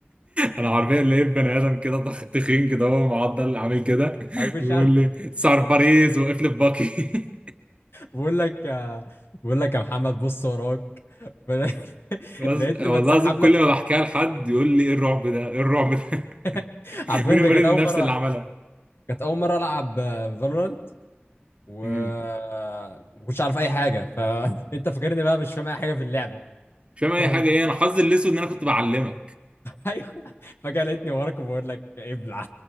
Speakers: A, on the right; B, on the left.
A: انا حرفيا لقيت بني ادم كده ضخ- تخين كده هو معضل عامل كده
B: انا مش
A: ويقول
B: عارف
A: لي سعر باريس وقف لي باكي <laughs>
B: بقول لك آه، بقول لك يا محمد بص وراك <laughs> بدأ-
A: بس
B: لقيتني
A: والله
B: بتسحب
A: العظيم كل
B: لك من-
A: ما بحكيها لحد يقول لي ايه الرعب ده ايه الرعب ده
B: <laughs>
A: <laughs>
B: عارفين
A: مين المريض
B: ده كانت اول
A: النفسي
B: مره
A: اللي عملها
B: كانت اول مره العب فالورانت و
A: امم
B: ما كنتش عارف اي حاجه فانت <laughs> فاكرني بقى مش فاهم اي حاجه في اللعبه
A: مش فاهم اي
B: ف... <laughs>
A: حاجه ايه انا حظي الاسود ان انا كنت بعلمك
B: ايوه فجاه لقيتني وراك وبقول لك إيه، ابلع